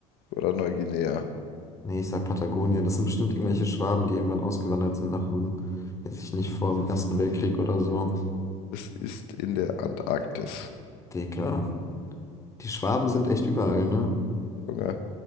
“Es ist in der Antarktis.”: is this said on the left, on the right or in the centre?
Left